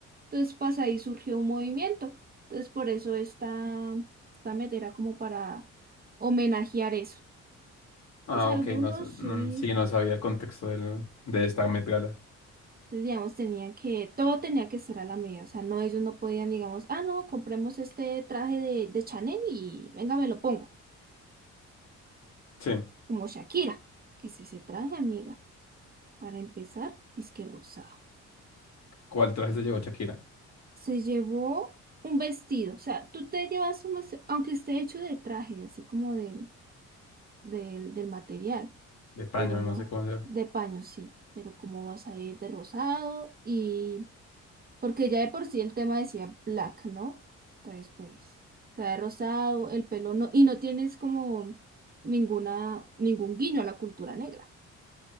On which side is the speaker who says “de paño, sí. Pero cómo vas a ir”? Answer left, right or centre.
Right